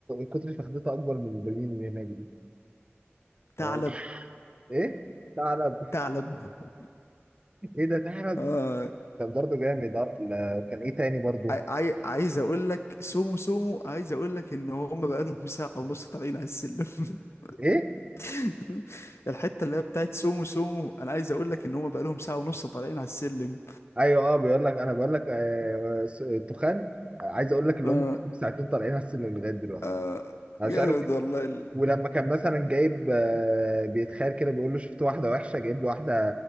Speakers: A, on the right; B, on the left.
A: كتر فخدته اكبر من البرميل اللي هناك دي
B: ثعلب
A: لو- <laughs> ايه تعرض
B: ثعلب <laughs>
A: ايه ده تعرض
B: آه
A: كان برضه جامد اه ال- كان ايه تاني برضه
B: عاي... عاي- عايز اقول لك سومو سومو عايز اقول لك ان هم بقالهم ساعة ونص طالعين على السلم <laughs>
A: ايه
B: <laughs> الحته اللي هي بتاعت سومو سومو انا عايز اقول لك ان هم بقالهم ساعه ونص طالعين على السلم
A: ايوه اه بيقول لك انا بقول لك آه، آه، س- التخان آه، عايز اقول لك اللي
B: آه
A: هم ساعتين طالعين على السلم لغايه دلوقتي
B: آه
A: انا
B: جامد
A: مش عارف
B: والله ال...
A: ولما كان مثلا جايب آه، بيتخيل كده بيقول له شفت واحده وحشه جايب له واحده